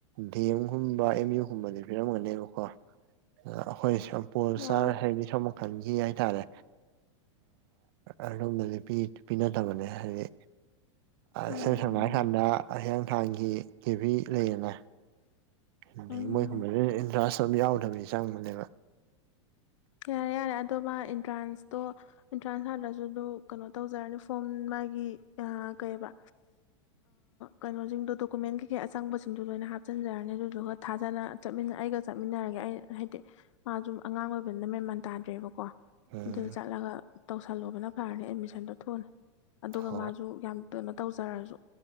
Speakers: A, on the right (about 50°); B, on the left (about 80°).
A: ꯗꯤ ꯑꯦꯝꯒꯨꯝꯕ ꯑꯦꯝ ꯌꯨꯒꯨꯝꯕꯗꯤ ꯄꯤꯔꯝꯒꯅꯦꯕꯀꯣ ꯑ ꯑꯩꯈꯣꯏ ꯄꯣꯜꯁꯔ
B: ꯌꯥꯔꯦ
A: ꯍꯦꯕꯤ ꯊꯃꯛ ꯈꯟꯈꯤ ꯍꯥꯏꯇꯥꯔꯦ ꯑꯗꯣꯝꯅ ꯅꯨꯄꯤ ꯄꯤꯅꯗꯕꯅꯦ ꯍꯥꯏꯗꯤ
B: ꯎꯝ
A: ꯏꯁꯩꯝ ꯁꯝꯅ ꯍꯥꯏ ꯀꯥꯟꯗ ꯍꯌꯦꯡ ꯅꯨꯡꯥꯡꯒꯤ ꯀꯦꯕꯤꯤ ꯂꯩꯔꯅꯦ ꯑꯗꯒꯤ
B: ꯎꯝ
A: ꯃꯣꯏꯒꯨꯝꯕ ꯏꯟꯇꯔꯥꯁ ꯌꯥꯎꯗꯕꯅꯤ ꯆꯪꯕꯅꯦꯕ
B: ꯀꯦꯔꯦ ꯔꯦ ꯑꯗꯣ ꯃꯥ ꯑꯦꯟꯇ꯭ꯔꯥꯟꯁꯇꯣ ꯑꯦꯟꯇ꯭ꯔꯥꯟꯁ ꯍꯥꯜꯂꯁꯨ ꯑꯗꯨ ꯀꯩꯅꯣ ꯇꯧꯖꯔꯅꯤ ꯐꯣꯝ ꯃꯥꯒꯤ ꯑ ꯀꯩꯕ ꯀꯩꯅꯣꯁꯤꯡꯗꯣ ꯗꯣꯀꯨꯃꯦꯟ ꯀꯩꯀꯩ ꯑꯆꯪꯕꯁꯤꯡꯗꯣ ꯂꯣꯏꯅ ꯍꯥꯞꯆꯤꯟꯖꯔꯅꯤ ꯑꯗꯨꯗꯨꯒ ꯊꯥꯖꯅ ꯆꯠꯃꯤꯟꯅ ꯑꯩ ꯑꯩꯒ ꯆꯠꯃꯤꯟꯅꯔꯒꯦ ꯑꯩ ꯍꯥꯏꯗꯤ ꯃꯥꯁꯨ ꯑꯉꯥꯡ ꯑꯣꯏꯕ ꯐꯕꯅ ꯃꯦꯃꯟ ꯇꯥꯗ꯭ꯔꯦꯕꯀꯣ
A: ꯎꯝ
B: ꯑꯗꯨꯗ ꯆꯠꯂꯒ ꯇꯧꯁꯜꯂꯨꯕꯅ ꯐꯔꯅꯤ ꯑꯦꯠꯃꯤꯁꯟꯗꯣ ꯊ ꯊꯣꯛꯑꯂꯅꯤ ꯑꯗꯨꯒ
A: ꯍꯣꯏ
B: ꯃꯥꯁꯨ ꯌꯥꯝ ꯀꯩꯅꯣ ꯇꯧꯖꯔꯁꯨ